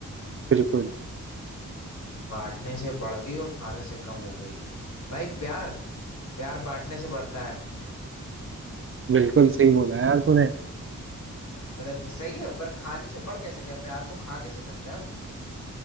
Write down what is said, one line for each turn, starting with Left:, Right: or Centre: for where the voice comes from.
Right: बिल्कुल
Left: बांटने से बढ़ गई और खाने से कम हो गई भाई प्यार प्यार बांटने से बढ़ता है
Right: बिल्कुल सही बोला यार तूने
Left: मतलब ये सही है पर खाने से बढ़ कैसे गया प्यार को खा कैसे सकते हैं हम